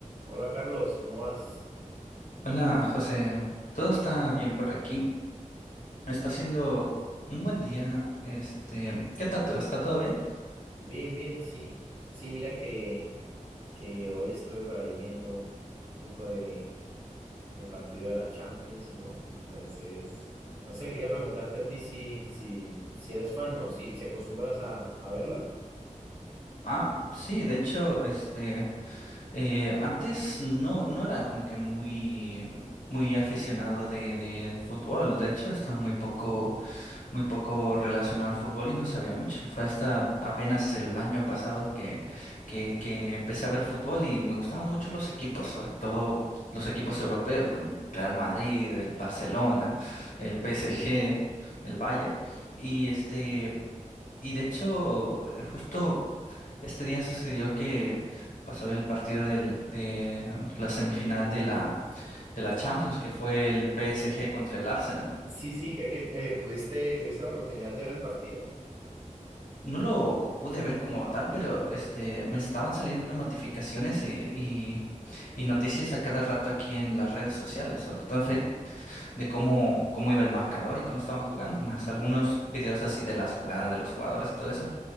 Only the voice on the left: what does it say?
Hola, José. Todo está bien por aquí. Está siendo un buen día. Este, ¿qué tal tú? ¿Está todo bien?
Ah, sí, de hecho, este, eh, antes no, no era como que muy, muy aficionado de, de fútbol. De hecho, estaba muy poco. muy poco relacionado al fútbol y no sabía mucho. Fue hasta apenas el año pasado que, que, que empecé a ver fútbol y me gustaban mucho los equipos, sobre todo los equipos europeos como Real Madrid, el Barcelona, el
PSG, el Bayern. Y este, y de hecho, eh, justo este día sucedió que pasó el partido del, de la semifinal de la, de la Champions, que fue el PSG contra el Arsenal.
No lo pude ver como tal, pero este, me estaban saliendo notificaciones y, y- y noticias a cada rato aquí en las redes sociales, sobre todo en Facebook, de cómo, cómo iba el marcador y cómo estaban jugando, más algunos videos así de las jugadas de los jugadores y todo eso.